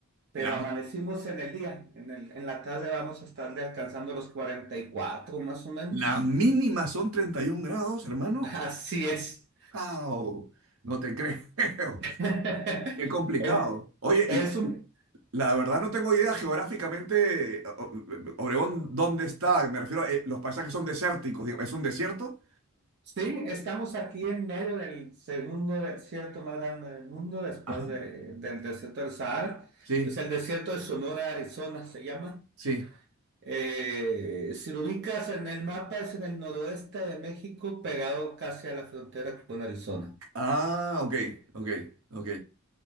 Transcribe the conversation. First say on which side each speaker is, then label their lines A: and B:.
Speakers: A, on the right; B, on the right.
A: pero
B: La,
A: amanecimos en el día, en el- en la tarde vamos a estarle alcanzando los 44 más o menos.
B: la mínima son 31 grados, hermano.
A: Así es.
B: ¡Wow! No te creo. <laughs>
A: <laughs>
B: Qué complicado.
A: El-
B: Oye,
A: Es un,
B: La verdad no tengo idea geográficamente, o- o- Obregón, ¿dónde está? Me refiero a eh, los paisajes son desérticos, digo, ¿es un desierto?
A: Sí, estamos aquí en medio del segundo desierto más grande del mundo, después
B: Ajá.
A: de- del desierto del Sahara.
B: Sí,
A: Es el desierto de Sonora, Arizona, se llama.
B: sí.
A: Eh, si lo ubicas en el mapa, es en el noroeste de México, pegado casi a la frontera con Arizona.
B: Ah, ok, ok, ok.